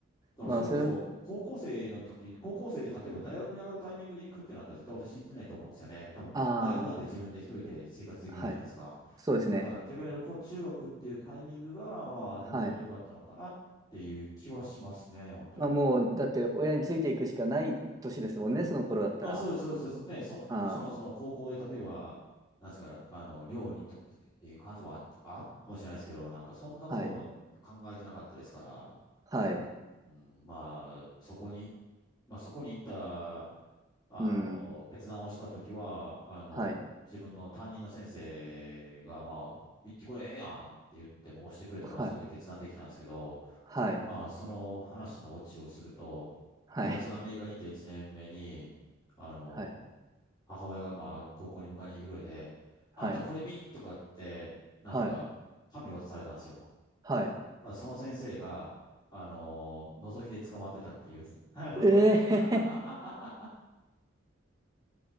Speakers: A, on the left (about 20°); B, on the right (about 20°).
A: だからそれこそ、
B: まあそれ、
A: 高校生の時、高校生で例えば大学に上がるタイミングで行くってなったら絶対私行ってないと思うんですよね。多分、
B: あ
A: 大学なんて自分で一人で生活できるじゃないですか。
B: あ、はい。そうですね。
A: だから逆に言うと、こう、中学っていうタイミングが、まあ、本当に良かったのかなっていう気はしますね、
B: はい。
A: 本当に。
B: まあもう、だって親についていくしかない年ですもんね、その頃だったら。
A: あ、そうです、そうです、そうです。ね、そ、
B: あ
A: もちろんその高校で例えば、なんですか、あの、寮にと、っていう感じもあ、あったかもしれないですけど、なんかそんなことも考えてなかったですから、
B: あ、はい。はい。
A: うん、まあ、そこに、まあそこに行った、あの、
B: うん。
A: 決断をしたときは、あの、
B: はい。
A: 自分の担任の先生が、まあ、言ってこれええやんって言っても押してくれたからそれで決断できたんですけど、
B: はい。はい。
A: まあ、その話のオチをすると、
B: はい。
A: 私がアメリカに行った1年目に、あの、
B: はい。
A: 母親がまあ、高校に迎えに来てくれて、あんたこれ見とかって、
B: はい。
A: なんか、
B: はい。
A: 紙渡されたんですよ。
B: はい。
A: まあ、その先生が、あの、覗きで捕まってたっていう、あの
B: ええ
A: <laughs>